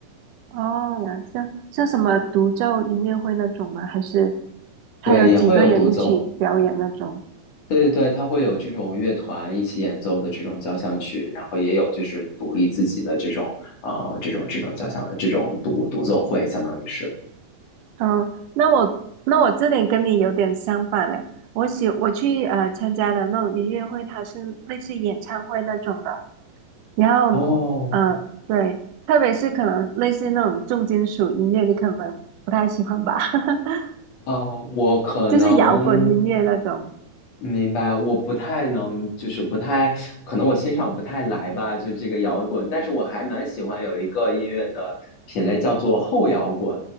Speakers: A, on the right; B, on the left.
A: 哦，了，像像什么独奏音乐会那种吗？还是他有几个人一起表演那种？
B: 对，也会有独奏。对对对，它会有这种乐团一起演奏的这种交响曲，然后也有就是独立自己的这种啊、呃这种这种交响这种独独奏会，相当于是。
A: 嗯，那我那我这点跟你有点相反嘞。我喜我去呃参加的那种音乐会，它是类似演唱会那种的。然后，
B: 哦，
A: 嗯，对，特别是可能类似那种重金属音乐，你可能不太喜欢吧，<laughs>
B: 啊、我可能。
A: 就是摇滚音乐那种。
B: 明白，我不太能，就是不太，可能我欣赏不太来吧，就这个摇滚，但是我还蛮喜欢有一个音乐的品类叫做后摇滚，